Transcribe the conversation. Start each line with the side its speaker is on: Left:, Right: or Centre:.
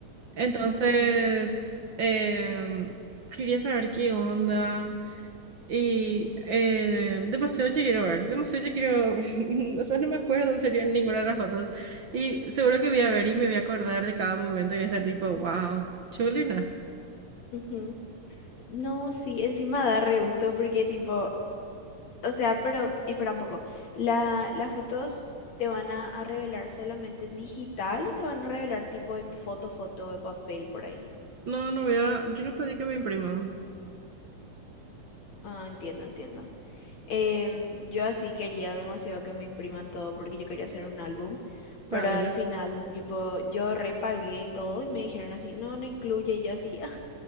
Right: Entonces,
Left: ujú, ujú,
Right: em, quería saber qué onda. Y eh, demasiado ya quiero ver, demasiado ya quiero, <laughs> o sea, no me acuerdo en serio ninguna de las fotos. Y seguro que voy a ver y me voy a acordar de cada momento y voy a ser tipo, wow, chulina.
Left: ujú. No, sí, encima da re gusto porque tipo O sea, pero espera un poco. La, ¿las fotos te van a, a revelar solamente en digital o te van a revelar tipo en foto, foto de papel por ahí?
Right: No, no voy a, yo no pedí que me impriman.
Left: Ah, entiendo, entiendo. Em, yo así quería demasiado que me impriman todo porque yo quería hacer un álbum, pero
Right: Vaina.
Left: al final tipo yo repagué todo y me dijeron así, no, no incluye y yo así, "Ah,